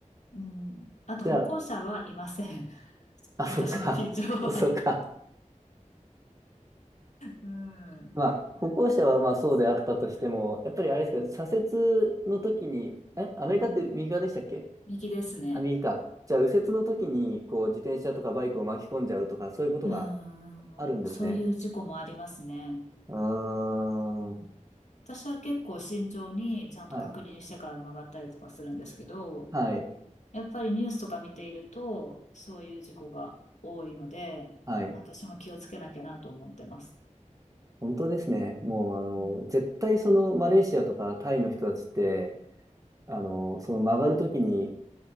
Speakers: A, on the left (about 65°); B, on the right (about 25°).
A: うん。あと歩行者はいません。
B: じゃあ、
A: <laughs>
B: あ、そっか。
A: 私の近所は。
B: <laughs> そっか。
A: うん。
B: まあ、歩行者はまあそうであったとしても、
A: だから、
B: やっぱりあれですけど、左折の時に、え、アメリカって右側でしたっけ
A: うん。右ですね。
B: あ、右か。じゃあ、右折の時に、こう、自転車とかバイクを巻き込んじゃうとか、そういうことが
A: う
B: あるんですね。
A: ん。そういう事故もありますね。
B: うーん。
A: うん私は結構慎重にちゃんと確認してから曲がったりとかするんですけど、
B: はい。はい。
A: やっぱりニュースとか見ていると、そういう事故が多いので、
B: はい。
A: まあ、私も気をつけなきゃなと思ってます。
B: 本当ですね。もう、あの、
A: うん
B: 絶対そのマレーシアとかタイの人たちって、あの、その曲がるときに